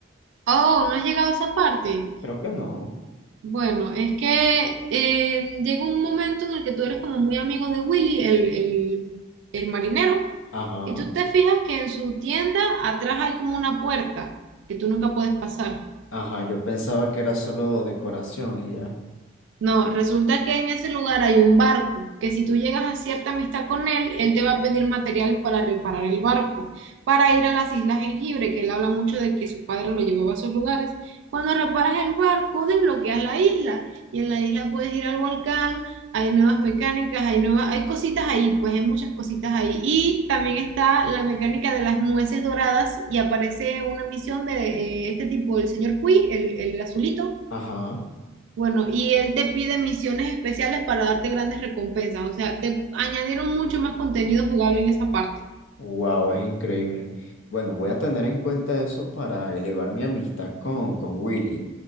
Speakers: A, on the right; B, on the left.
A: Oh, ¿no has llegado a esa parte?
B: creo que no.
A: Bueno, es que eh, llega un momento en el que tú eres como muy amigo de Willy, el, el, el marinero,
B: Ajá,
A: y tú te fijas que en su tienda atrás hay como una puerta que tú nunca puedes pasar.
B: ajá, yo pensaba que era solo decoración y ya.
A: No, resulta que en ese lugar hay un barco, que si tú llegas a cierta amistad con él, él te va a pedir materiales para reparar el barco, para ir a las Islas Jengibre, que él habla mucho de que su padre lo llevaba a esos lugares. Cuando reparas el barco, desbloqueas la isla y en la isla puedes ir al volcán, hay nuevas mecánicas, hay nuevas, hay cositas ahí, pues hay muchas cositas ahí. Y también está la mecánica de las nueces doradas y aparece una misión de eh, este tipo, el señor Cui, el, el azulito
B: Ajá,
A: bueno, y él te pide misiones especiales para darte grandes recompensas. O sea, te añadieron mucho más contenido jugable en esa parte.
B: wow, es increíble. Bueno, voy a tener en cuenta eso para elevar mi amistad con, con Willy.